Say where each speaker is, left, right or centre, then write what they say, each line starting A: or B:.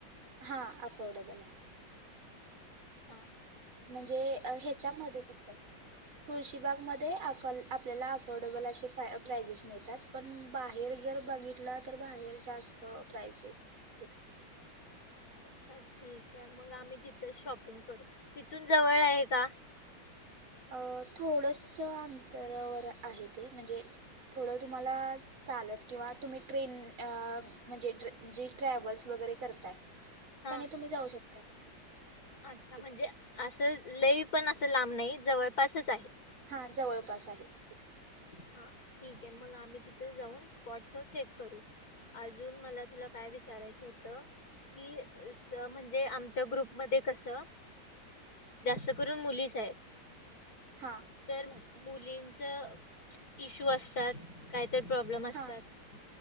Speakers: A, on the right; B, on the left.
A: हा अफोर्डेबल आहेत.
B: हा
A: म्हणजे हेच्यामध्ये फक्त तुळशीबागमध्ये आपल्याला अफोर्डेबल असे प्राइजेस मिळतात पण बाहेर जर बघितला तर बाहेर जास्त प्राइज आहेत.
B: अच्छा ठीक आहे मग आम्ही तिथचं शॉपिंग करू तिथून जवळ आहे का?
A: अ थोडस अंतरावर आहे ते म्हणजे थोडं तुम्हाला चालत किंवा तुम्ही ट्रेन अ म्हणजे जे ट्रॅव्हल्स वगैरे करताय.
B: हा
A: त्यानें तुम्ही जाऊ शकताय
B: अच्छा
A: तिथं
B: म्हणजे असं लई पण असं लांब नाही जवळपासच आहे.
A: हा जवळपास आहे तिथं
B: हा ठीक आहे मग आम्ही तिथे जाऊन स्पॉट चेक करू अजून मला तुला काय विचारायचं होत कि म्हणजे आमच्या ग्रुप मध्ये कसं जास्त करून मुलीच आहेत.
A: हा
B: तर मुलींच इश्यू असतात काय तर प्रॉब्लेम असतात
A: हा